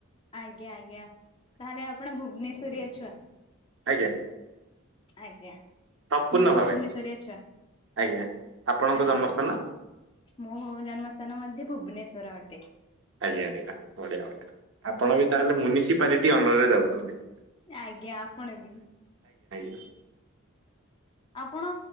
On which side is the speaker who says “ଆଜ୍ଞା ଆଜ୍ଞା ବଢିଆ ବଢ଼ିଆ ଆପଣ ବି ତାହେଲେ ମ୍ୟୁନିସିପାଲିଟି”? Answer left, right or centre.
Right